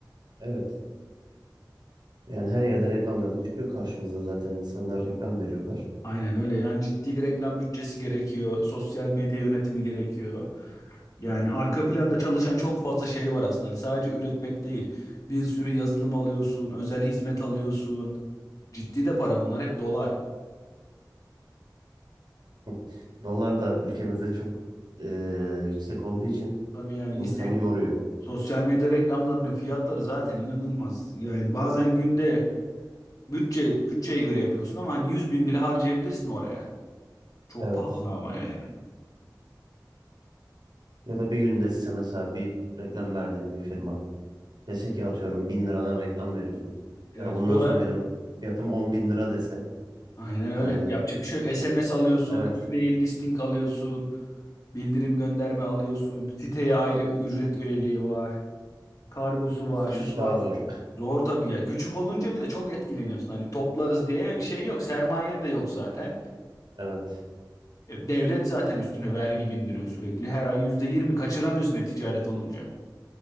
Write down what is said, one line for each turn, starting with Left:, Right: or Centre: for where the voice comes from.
Right: Evet. Yani her yerde reklamlarda çıkıyor karşımıza zaten. İnsanlar reklam veriyorlar.
Left: Aynen öyle. Yani ciddi bir reklam bütçesi gerekiyor. Sosyal medya yönetimi gerekiyor. Yani arka planda çalışan çok fazla şey var aslında. Hani sadece üretmek değil. Bir sürü yazılım alıyorsun, özel hizmet alıyorsun. Ciddi de para bunlar hep dolar.
Right: <laughs> Dolar da ülkemizde çok eee, yüksek olduğu için
Left: Tabii yani
Right: insanı
Left: Instagram,
Right: yoruyor.
Left: sosyal medya reklamlarının fiyatları zaten inanılmaz. Yani bazen günde bütçe bütçeye göre yapıyorsun ama hani yüz bin bile harcayabilirsin oraya. Çok
Right: Evet.
Left: pahalı ama yani.
Right: Ya da bir gün dese mesela bir reklam verdiğin bir firma dese ki atıyorum bin liradan reklam veriyorsun.
Left: Evet
Right: Ya bundan
Left: sonra
Right: sonra benim fiyatım on bin lira dese
Left: aynen öyle
Right: yani
Left: yapacak bir şey yok. SMS alıyorsun,
Right: evet
Left: e-mail listing alıyorsun, bildirim gönderme alıyorsun, siteye ayrı ücret üyeliği var, kargosu var,
Right: sizin
Left: şusu
Right: iş daha
Left: var.
Right: zor.
Left: Zor tabii ya. Küçük olunca bir de çok etkileniyorsun. Hani toplarız diye bir şey yok. Sermayen de yok zaten.
Right: <laughs> Evet.
Left: E, Devlet zaten üstüne vergi bindiriyor sürekli. Her ay yüzde yirmi kaçıramıyorsun e-ticaret olunca.